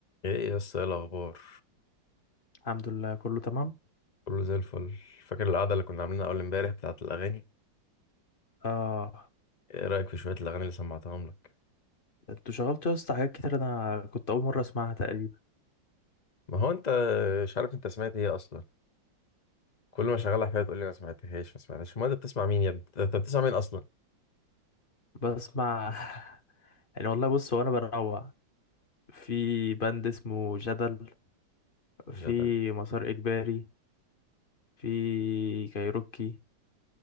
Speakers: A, on the left; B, on the left.
A: ايه يا اسطى ايه الاخبار
B: الحمد لله كله تمام
A: كله زي الفل فاكر القعده اللي كنا عاملينها اول امبارح بتاعه الاغاني
B: اه
A: ايه رايك في شويه الاغاني اللي سمعتهم لك
B: انتوا شغلتوا يا اسطى حاجات كتير انا كنت اول مره اسمعها تقريبا
A: ما هو انت مش عارف انت سمعت ايه اصلا كل ما شغالها حاجه تقول لي ما سمعتهاش ما سمعتهاش ما انت بتسمع مين يا ابني انت بتسمع مين اصلا
B: بسمع <laughs> يعني والله بص هو انا بنوع في باند اسمه جدل في
A: جدل
B: مسار اجباري في كايروكي